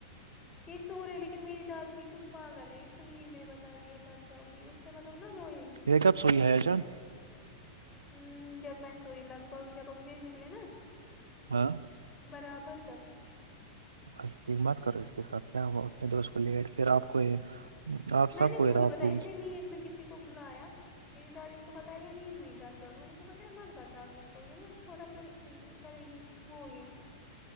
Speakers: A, on the left; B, on the right.
A: یہ سو رہے لیکن میری دادی کچھ پاگل ہے اس کو نیند میں بتا رہی ہے گھر جاؤ گی اس سے مطلب نا روئے گی
B: یہ کب سوئی ہے جان
A: ا جب میں سوئی لگ بھگ جب آپ جم‌نکلے نا
B: ہاں
A: برابر طبی
B: اچھا ایک مت کرو اس کے ساتھ کیا ہو اپنے دوست کو لیٹ پھر آپ کو آپ سب
A: میں نے
B: کو
A: بھی
B: یہ
A: وہی
B: رات
A: بتایا
B: کو
A: اس
B: کچھ
A: نے نیند میں کسی کو بلایا میری دادی اس کو بتا رہی ہے نیند میں ہی گھر جاؤے میں نے اس کو بتایا مت بتاؤا اس کو یہ نا تھوڑا پھر کرے گی وہ یہ